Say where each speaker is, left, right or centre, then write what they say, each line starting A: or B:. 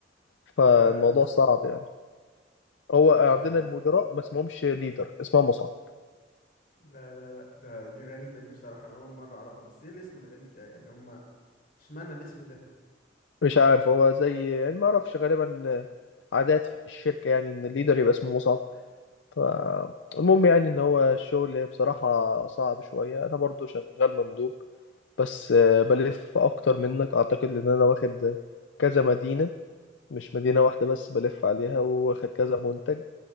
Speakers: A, on the left; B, on the left.
A: فالموضوع
B: لا
A: صعب يعني هو
B: انا
A: عندنا
B: مش عارف
A: المدراء ما اسمهمش ليدر اسمها مصعب
B: لا لا لا ده دي غريبة دي بصراحة انا اول مرة اعرفها بس ايه الاسم الغريب ده يعني هما اشمعنى الاسم ده
A: مش عارف هو زي يعني ما اعرفش غالبا عادات في الشركة يعني ان الليدر يبقى اسمه مصعب فالمهم يعني ان هو الشغل بصراحة صعب شوية انا برضو شغال مندوب بس آه، بلف اكتر منك اعتقد لان انا واخد كذا مدينة مش مدينة واحدة بس بلف عليها واخد كذا منتج